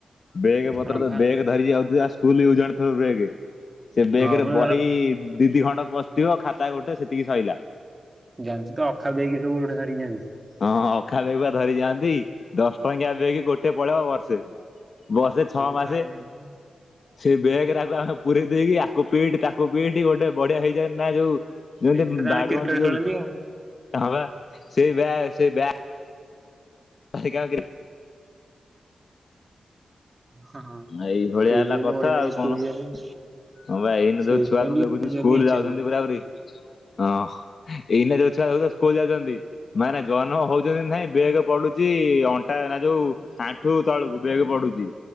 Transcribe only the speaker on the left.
ବେଗେ ପତ୍ର
ବେଗେ ଧରିକି ଯାଉଥୁବସ୍କୁଲୁ ଇୟୁଯୁ ଆଣ୍ଡେ ଥ୍ରେ ବେଗ୍। ସେ ବେଗେ
ରେ
ବହି ଦି ଦି ଖଣ୍ଟ ପସିଥିବ ଖାତା ଗୋଟେ ସେତିକି ସରିଲା।
ହଁ ଅଖା ବେଗେ ଧରି ଯାଆନ୍ତି ଦଶ ଟଙ୍କିଆ ବେଗେ ଗୋଟେ ପଳେଇବ ବର୍ଷେ। ବର୍ଷେ
ଛଅ
ମାସେ।
ସେଇ ବ୍ୟାଗେ ରାକୁ ଆମେ ପୁରେଇ ଦେଇକି ଆକୁ ପିଇଟି ତାକୁ ପିଇଟି ଗୋଟେ ବଢିଆ ହେଇଯାଏ ନା ଏଇ ଯୋଉ।
ଯେମତି
ବାଡୁଅନ୍ତି
ଯୋଉ
ହଁ ପା ସେଇ ବ୍ୟାଗ୍ ସେଇ ବ୍ୟାଗ୍ <inaudible>
ଏଇଭଳିଆ
ହେଲା କଥା
ଆଉ କଣ।
ହଁ ପା ଏଇନେ
ଯୋଉ ଛୁଆ ତ
ଦେଖୁଛୁ
ସ୍କୁଲ
ଯାଉଚନ୍ତି
ପୁରା ପୁରି ହଁ। ଏଇନା ଯୋଉଛୁଆ ସଵୁତ ସ୍କୁଲୁ ଯାଉଚନ୍ତି। ମାନେ ଜନ୍ମ ହଉଚନ୍ତି କି ନାଇଁ ବେଗେ ପଡ଼ୁଚି ଅଣ୍ଟା ନା ଯୋଉ ଆଣ୍ଠୁ ତଳକୁ ବେଗେ ପଡ଼ୁଚି।